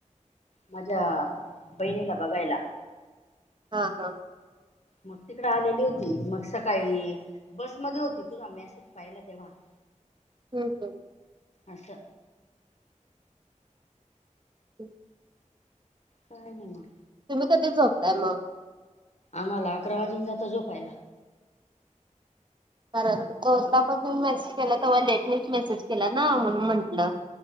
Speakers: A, on the left (about 55°); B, on the right (about 35°).
A: माझ्या बहिणीला बघायला.
B: हा हा.
A: मग तिकड आलेली होती मग सकाळी बसमध्ये होती तुझा मेसेज पाहिला तेव्हा. <inaudible>
B: हम् हम्.
A: असं
B: <inaudible>
A: काय नाही मग.
B: तुम्ही कधी झोपताय मग?
A: आम्हाला अकरा वाजून जात झोपायला.
B: कारण <unintelligible> पण तुम्ही मेसेज केला तेव्हा लेटनीच मेसेज केला ना म्हणून म्हटलं.